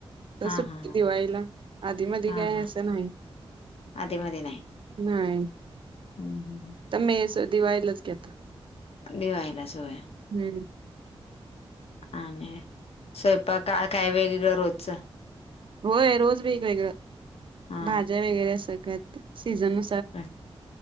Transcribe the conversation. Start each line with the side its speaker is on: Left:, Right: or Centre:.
Right: तर
Left: हा
Right: सुट्ट
Left: हा हा
Right: दिवाळीला आधी मध
Left: हा
Right: काय
Left: हा
Right: असं नाही.
Left: आधी मधी नाही
Right: नाही
Left: हं, हं,
Right: तर मेस दिवायलाच घेत.
Left: दिवायला सोया.
Right: हम्म.
Left: आणि स्वयंपा का काय वेगळी दरोजचा.
Right: होय रोज वेगवेगळ
Left: हा
Right: भाज्या वेगळ्या सगळ्यात सीझन नु
Left: हं